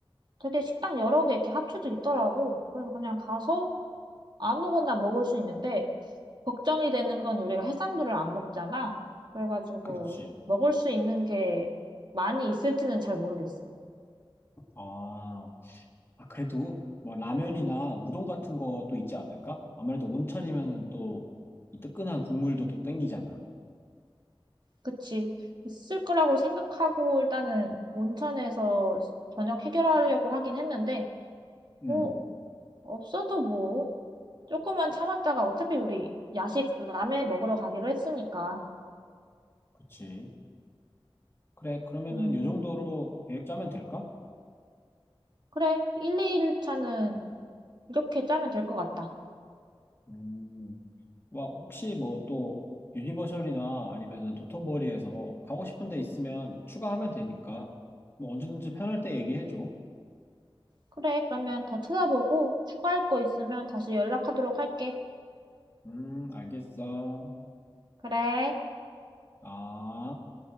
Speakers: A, on the right; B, on the left.
A: 되게 식당 여러 개 이렇게 합쳐져 있더라고. 그래서 그냥 가서 아무거나 먹을 수 있는데, 걱정이 되는 건 우리가 해산물을 안 먹잖아. 그래가지고
B: 그렇지.
A: 먹을 수 있는 게 많이 있을지는 잘 모르겠어.
B: 아, 아, 그래도 뭐 라면이나 우동 같은 것도 있지 않을까? 아무래도 온천이면은 또 이 뜨끈한 국물도 또 땡기잖아.
A: 그치? 있을 거라고 생각하고 일단은 온천에서 저녁 해결하려고 하긴 했는데, 뭐,
B: 음,
A: 없어도 뭐. 조금만 참았다가 어차피 우리 야식 라멘 먹으러 가기로 했으니까.
B: 그치. 그래, 그러면은
A: 음,
B: 요 정도로 계획 짜면 될까?
A: 그래. 1, 2일 차는 이렇게 짜면 될 것 같다.
B: 음, 와, 혹시 뭐 또 유니버셜이나 아니면은 도톤보리에서 가고 싶은 데 있으면 추가하면 되니까 뭐 언제든지 편할 때 얘기해줘.
A: 그래. 그러면 더 찾아보고 추가할 거 있으면 다시 연락하도록 할게.
B: 음, 알겠어.
A: 그래.
B: 아.